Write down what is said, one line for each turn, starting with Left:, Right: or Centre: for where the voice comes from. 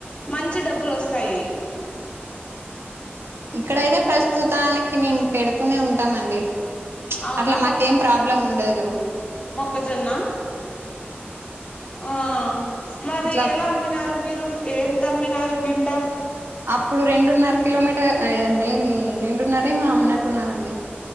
Left: మంచి డబ్బులు వస్తయ్
Right: ఇక్కడైతే ప్రస్తుతానికి మేము పెడుతూనే ఉంటామండి
Left: అవునా
Right: అట్లా మాకేం ప్రా బ్లముండదు
Left: మొక్కజొన్నా ఆ మరీ
Right: ఇట్లా
Left: ఎలా అమ్మినారు మీరు ఎంత అమ్మినారు కింట
Right: అప్పుడు రెండున్నర కిలోమీటర్ అదేనీ రెండున్నరే ఏమో మా అమ్మన్నట్టు ఉన్నారండి